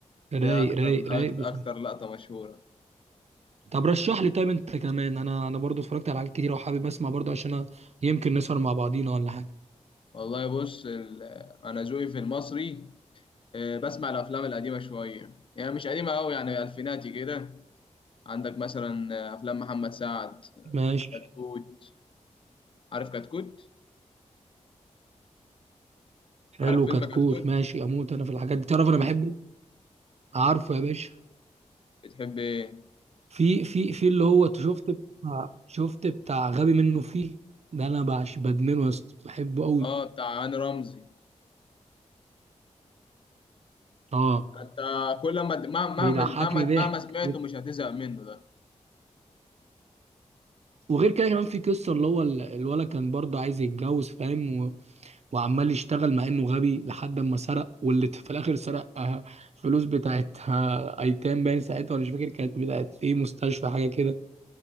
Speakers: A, on the right; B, on the left.
A: رايق
B: دي اكتر
A: رايق رايق
B: اكتر,
A: بس
B: أكتر لقطة مشهورة
A: طب رشح لي طيب انت كمان انا انا برضو اتفرجت على حاجات كتير وحابب اسمع برضو عشان أنا يمكن نسهر مع بعضينا ولا حاجه
B: والله بص ال- انا ذوقي في المصري آه، بسمع الافلام القديمه شويه يعني مش قديمه قوي يعني الفيناتي كده عندك مثلا آه، افلام محمد سعد آه،
A: ماشي
B: كتكوت عارف كتكوت
A: حلو
B: عارف فيلم
A: كتكوت
B: كتكوت
A: ماشي اموت انا في الحاجات دي تعرف انا بحبه عارفه يا باشا
B: بتحب ايه
A: في في في اللي هو شفت بتاع شفت بتاع غبي منه فيه ده انا بعش بدمنه يا اسطى بحبه قوي
B: اه بتاع هاني رمزي
A: اه
B: انت كل ما مهما
A: بيضحكني
B: مهما
A: ضحك
B: مهما سمعته مش هتزهق منه ده
A: وغير كده كمان في قصه اللي هو ال- الولد كان برضه عايز يتجوز فاهم وعمال يشتغل مع انه غبي لحد ما سرق واللي في الاخر سرق آه، فلوس بتاعت آه، ايتام باين ساعتها ولا مش فاكر كانت بتاعت ايه مستشفى حاجه كده